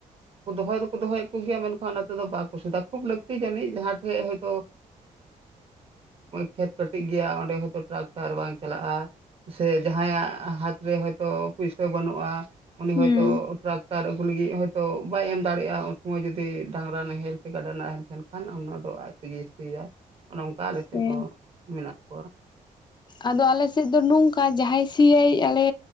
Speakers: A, on the right (about 45°); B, on the left (about 30°).
A: ᱫᱚᱦᱚ ᱫᱚᱠᱚ ᱫᱚᱦᱚᱭᱮᱫ ᱠᱚᱜᱮᱭᱟ ᱢᱮᱱᱠᱷᱟᱱ ᱚᱱᱟ ᱛᱮᱫᱚ ᱵᱟᱠᱚ <unintelligible> ᱞᱟᱹᱠᱛᱤ ᱡᱟᱹᱱᱤᱡ ᱡᱟᱦᱟᱸ ᱴᱷᱮᱡ ᱦᱚᱭᱛᱚ ᱠᱷᱮᱛ ᱠᱟᱹᱴᱤᱡ ᱜᱮᱭᱟ ᱚᱸᱰᱮ ᱦᱚᱭᱛᱚ ᱴᱨᱟᱠᱴᱟᱨ ᱵᱟᱝ ᱪᱟᱞᱟᱜᱼᱟ ᱥᱮ ᱡᱟᱦᱟᱸᱭᱟᱜ ᱦᱟᱛᱨᱮ ᱦᱚᱭᱛᱚ ᱯᱩᱭᱥᱟᱹ ᱵᱟᱹᱱᱩᱜᱼᱟ, ᱩᱱᱤ
B: ᱦᱮᱸ
A: ᱦᱚᱭᱛᱚ <unintelligible> <unintelligible> ᱟᱹᱜᱩ ᱞᱟᱹᱜᱤᱫ ᱦᱚᱭᱛᱚ ᱵᱟᱭ ᱮᱢ ᱫᱟᱲᱮᱭᱟᱜᱼᱟ ᱩᱱ ᱥᱚᱢᱚᱭ ᱡᱩᱫᱤ ᱰᱟᱝᱨᱟ ᱱᱟᱦᱮᱞ ᱥᱮ ᱠᱟᱰᱟ ᱱᱟᱦᱮᱞ ᱠᱷᱟᱱ ᱠᱷᱟᱱ ᱚᱱᱟ ᱫᱚ ᱟᱡ ᱛᱮᱜᱮ ᱥᱤᱭᱟ ᱚᱱᱮ ᱚᱱᱠᱟ ᱟᱞᱮ ᱥᱮᱫ
B: ᱦᱮᱸ
A: ᱦᱚᱸ ᱢᱮᱱᱟᱜ ᱠᱚᱣᱟ᱾
B: ᱟᱫᱚ ᱟᱞᱮᱥᱮᱫ ᱫᱚ ᱱᱚᱝᱠᱟ ᱡᱟᱦᱟᱸᱭ ᱥᱤᱭᱟᱭ ᱟᱞᱮ